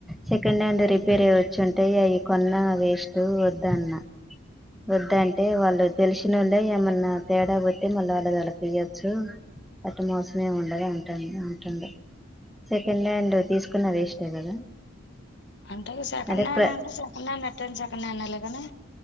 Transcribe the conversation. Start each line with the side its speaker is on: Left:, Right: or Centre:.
Centre: సెకండ్ హ్యాండ్ రిపేర్ అయ్యి వచ్చుంటయి అవి కొన్న వేస్ట్ వద్దన్న వద్దంటే వాళ్ళు తెలిసినొళ్ళే ఏమన్నా తేడా పోతే మళ్ళీ వాళ్ళది వాళ్ళకీయొచ్చు అట్ట మోసమేమి ఉండదంట అంటుండు సెకండ్ హ్యాండ్ తీసుకున్న వేస్టే కదా
Left: అంటే సెకండ్
Centre: అదే
Left: హ్యాండ్
Centre: ప్ర
Left: అంటే సె కెన్డ్ ఎట్టైన సెకండ్ హ్యాండ్ లె గానీ